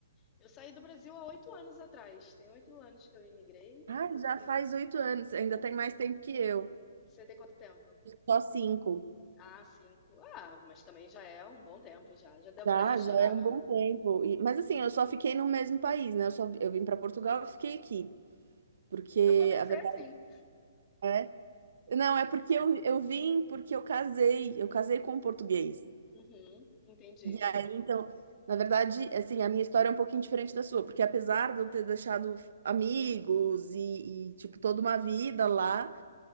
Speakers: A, on the left; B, on the right.
A: Eu saí do Brasil há oito anos atrás. Tem oito anos que eu imigrei.
B: Ah, já faz oito anos, ainda tem mais tempo que eu.
A: Você tem quanto tempo?
B: Só cinco.
A: Ah, cinco. Ah, mas também já é um bom tempo já. Já deu
B: Já,
A: pra rir e chorar,
B: já é um
A: não?
B: bom tempo. E- mas assim, eu só fiquei no mesmo país, né? Eu só, eu vim para Portugal e fiquei aqui. Porque
A: Eu comecei
B: a verdade
A: assim.
B: é. Não, é porque eu, eu vim porque eu casei. Eu casei com um português.
A: Uhum, entendi.
B: E aí, então, na verdade, assim, a minha história é um pouquinho diferente da sua, porque apesar de eu ter deixado amigos e, e, tipo, toda uma vida lá,